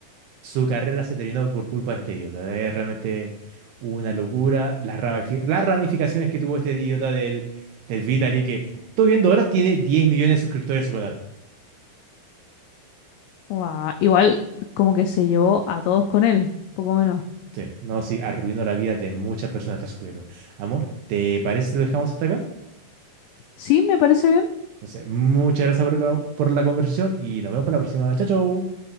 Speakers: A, on the right; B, on the left.
A: su carrera se terminó por culpa de este idiota, es realmente una locura, las ramifi- las ramificaciones que tuvo este idiota del, del Vitaly, que estoy viendo ahora tiene 10 millones de suscriptores en su canal.
B: guau, igual como que se llevó a todos con él, poco menos.
A: Sí, no, sí, arruinó la vida de muchas personas este sujeto. Amor, ¿te parece si lo dejamos hasta acá?
B: Sí, me parece bien.
A: Entonces, muchas gracias por, por la conversación y nos vemos para la próxima. Chao, chao.